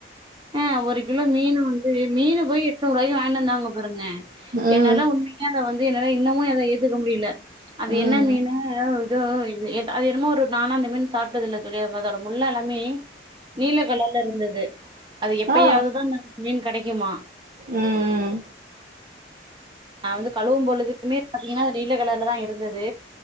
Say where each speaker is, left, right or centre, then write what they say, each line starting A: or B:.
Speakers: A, on the right; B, on the right.
A: ஆஹ் ஒரு கிலோ மீன் வந்து மீன் போய் எட்நூறு ரூபாய்கு வாங்கினுவந்தாங்க பாருங்க
B: ம்
A: என்னால உண்மையே அதைவந்து என்னால இன்னமும் அத ஏத்துக்க முடியல அது
B: ம்
A: என்ன மீனு
B: ம்
A: இதோ அது என்னமோ ஒரு நானா அந்த மீன் சாப்ட்டதுல்ல தோழி முள்ளெல்லாமே நீல கலர்ல இருந்தது அது எப்பயாவது
B: ஆ
A: தான் மீன் கெடைக்குமா
B: ம்
A: அத கழுவும்பொழுதுமே நீல கலர்ல தான் இருந்தது